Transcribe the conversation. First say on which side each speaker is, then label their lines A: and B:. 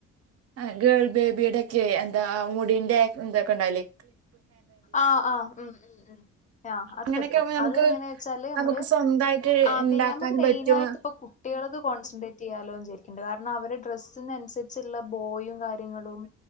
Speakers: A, on the right; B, on the left.
A: ആഹ് ഗേൾ ബേബിടെക്കെ എന്താ മുടിന്റെറെ തൊക്കെണ്ടാവൂലെ
B: ആഹ് ആഹ് ഉം ഉം ഉം ആഹ്, അത്
A: അങ്ങനെയൊക്കെ
B: പറ്റും,
A: ആവുമ്പോ നമുക്ക്
B: അത് എങ്ങനേച്ചാല്
A: നമുക്ക്
B: അമ്മള്
A: സ്വന്തായിട്ട്
B: ആതേ
A: ഇണ്ടാക്കാനും
B: അമ്മക്ക് മെയിനായിട്ട്പ്പ
A: പറ്റും
B: കു കുട്യളത് കോൺസെട്രേറ്റെയ്യാലോന്ന് ചാരിക്ക <unintelligible> കാരണം അവരുടെ ഡ്രസ്സിനനുസരിച്ചിള്ള ബോയും കാര്യങ്ങളും